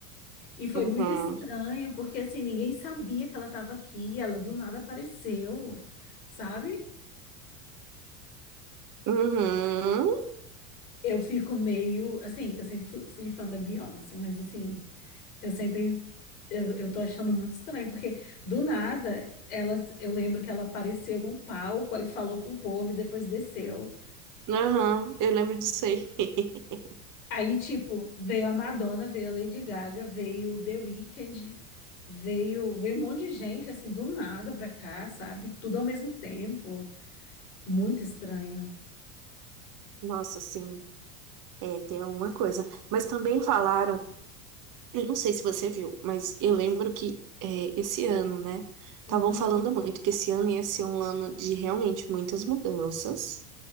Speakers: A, on the left; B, on the right.
A: e foi
B: Uhum.
A: muito estranho, porque assim, ninguém sabia que ela estava aqui, ela do nada apareceu, sabe?
B: Uhum.
A: Eu fico meio, assim, eu sempre fui, fui fã da Beyoncé, mas assim, eu sempre, eu, eu tô achando muito estranho, porque do nada, ela, eu lembro que ela apareceu num palco, aí falou com o povo e depois desceu.
B: Uhum. Eu lembro disso aí. <laughs>
A: Aí, tipo, veio a Madonna, veio a Lady Gaga, veio o The Weeknd, veio, veio um monte de gente, assim, do nada pra cá, sabe? Tudo ao mesmo tempo. Muito estranho.
B: Nossa, assim, é, tem uma coisa. Mas também falaram. Eu não sei se você viu, mas eu lembro que é, esse ano, né? Estavam
A: Uhum,
B: falando muito que esse ano ia ser um ano de realmente muitas mudanças